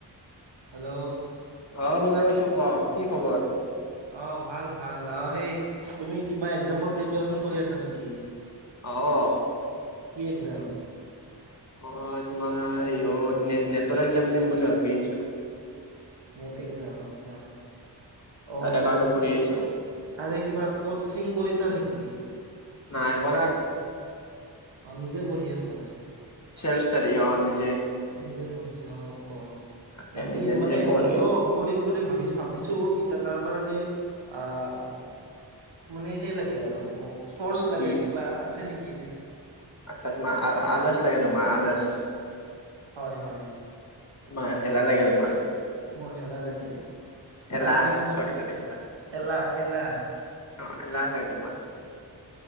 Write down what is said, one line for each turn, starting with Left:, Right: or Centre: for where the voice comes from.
Right: হেল্ল'
Left: অ শুনা পাইছো কোৱা কি খবৰ?
Right: অ ভাল ভাল অ সেই তুমি কিবা একজামৰ প্ৰিপৰেচন কৰি আছা নেকি?
Left: অ
Right: কি এক্সাম?
Left: অ তোমাৰ হেৰি হ নে নেটৰ একজাম দিম বুলি ভাবিছো।
Right: নেটএগজাম আচ্ছা। অ
Left: তাৰে কাৰণে পঢ়ি
Right: কিবা
Left: আছো
Right: তাৰে কিবা কচিং কৰিছা নেকি?
Left: নাই কৰা।
Right: অ নিজে পঢ়ি আছা।
Left: চেলছতাদি অ নিজে।
Right: নিজে পঢ়িছা অ অ
Left: তাকে
Right: বাকী
Left: নিজে নিজে
Right: মানে
Left: পঢ়ি
Right: ময়ো
Left: আছো
Right: কৰিম বুলি ভাবিছো ভাবিছো এতিয়া তাৰ কাৰণে আহ মানে সেই লাগে আৰু মোক চৌৰ্চ লাগে
Left: কি
Right: কিবা আছে নিকি
Left: আচ্ছা তোমাৰ আ আলচ লাগে তোমাৰ আলচ
Right: হয় হয়
Left: মা হেলা লাগে তোমাৰ
Right: মোৰ হেলা লাগে তাৰ
Left: এলাহ
Right: কাৰণে মানে
Left: চৰি চৰি এলাহ
Right: এলা এলা
Left: অ এলাহ লাগে তোমাৰ,